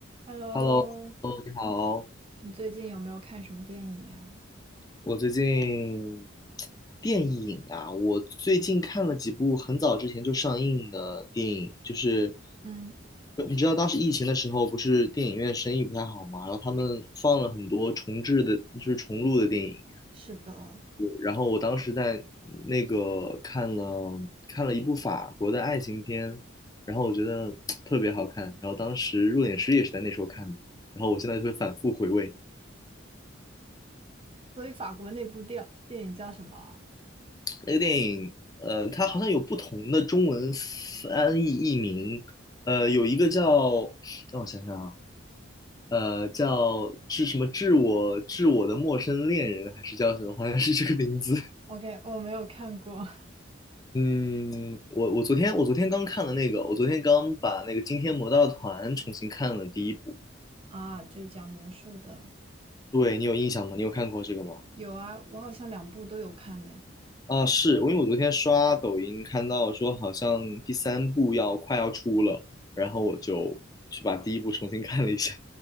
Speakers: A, on the right; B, on the left.
A: Hello，
B: Hello，你好。
A: 你最近有没有看什么电影啊？
B: 我最近电影啊，我最近看了几部很早之前就上映的电影，就是
A: 嗯，
B: 你知道当时疫情的时候，不是电影院生意不太好嘛，然后他们放了很多重制的，就是重录的电影。
A: 是的，
B: 然后我当时在那个看了看了一部法国的爱情片，然后我觉得特别好看，然后当时入殓师也是在那时候看的，然后我现在就会反复回味。
A: 所以法国那部电电影叫什么
B: 那个电影，呃，它好像有不同的中文翻译译名，呃，有一个叫，让我想想啊，呃，叫致什么致我致我的陌生恋人，还是叫什么？好像是这个名字。
A: o k 我没有看过
B: 嗯，我我昨天我昨天刚看了那个，我昨天刚把那个《惊天魔盗团》重新看了第一部。
A: <laughs> 啊，就是讲魔术的。
B: 对，你有印象吗？你有看过这个吗？
A: 有啊，我好像两部都有看呢。
B: 啊，是，因为我昨天刷抖音看到说好像第三部要快要出了，然后我就去把第一部重新看了一下。